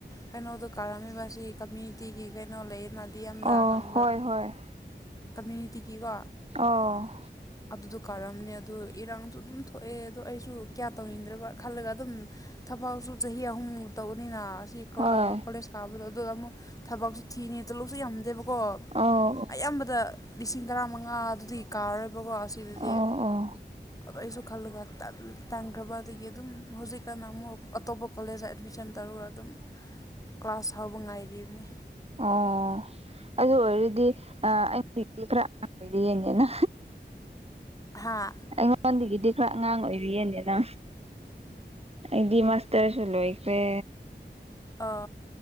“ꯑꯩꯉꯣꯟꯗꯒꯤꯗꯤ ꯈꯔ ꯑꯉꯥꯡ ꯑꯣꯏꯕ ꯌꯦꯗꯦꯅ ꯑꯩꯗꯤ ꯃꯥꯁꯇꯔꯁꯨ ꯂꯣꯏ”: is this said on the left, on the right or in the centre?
Right